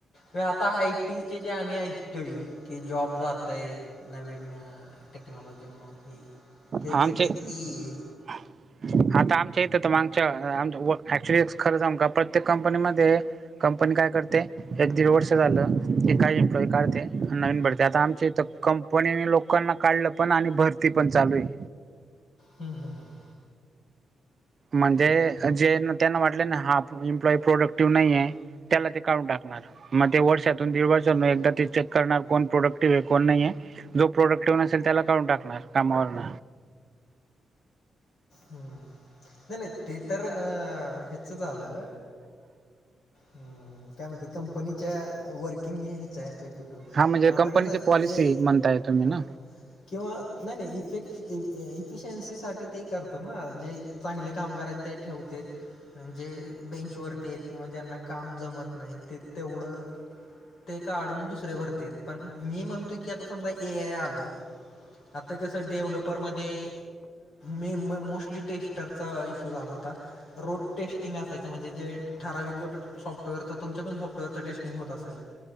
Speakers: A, on the left (about 70°); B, on the right (about 45°).
A: म आता आयटीचे जे आम्ही ऐकतोय. की जॉब जातोय. नवीन टेक्नॉलॉजीमुळे त्याचं
B: आमचे
A: किती?
B: <inaudible> आता आमच्या येत तर मागच्या ऍक्च्युली खरं सांगू का प्रत्येक कंपनीमध्ये कंपनी काय करते? एक दीड वर्ष झालं की काही एम्प्लॉई काढते आणि नवीन भरते आता आमच्या इथ कं पण याने लोकांना काढलं पण आणि भरती पण चालू आहे.
A: हम् हम् हम्
B: म्हणजे जे त्यांना वाटले ना हा, इम्प्लाय प्रोडक्टिव्ह नये आहे. त्याला ते काढून टाकणार. मग ते वर्षातून दीड वर्षात एकदा ते चेक करणार, कोण प्रोडक्टिव आहे कोण नाहीे. जो प्रोडक्टीव नसेल त्याला काढून टाकणार कामावरन.
A: हम्म. नाही नाही ते तर अ ह्याच झालं. हम् काय म्हणतेत कंपनीच्या वर्किंग हे ॲप कु मग
B: हा म्हणजे
A: आता
B: कंपनीची
A: कसं
B: पॉलिसी
A: ए
B: म्हणताय तुम्ही
A: हं..
B: ना
A: किंवा नाही नाही इफेक् इफिशियन्सीसाठी ते करतात ना जे चांगले कामगार आहेत ते ठेवते म्हणजे बेंचवरती आहेत किंवा ज्यांना काम जमत नाही ते तेवढं ते काढून दुसरे भरते पण मी म्हणतोय की, आता समजा ए आय आलं. आता कसं डेव्हलपरमध्ये मे मो मोस्टली टेस्टरचा इश्यू झाला होता. रोड टेस्टिंग असायच म्हणजे जे ठराविक सॉफ्टवेअर तर तुमच्या पण सॉफ्टवेअरच टेस्टिंग होत असेल.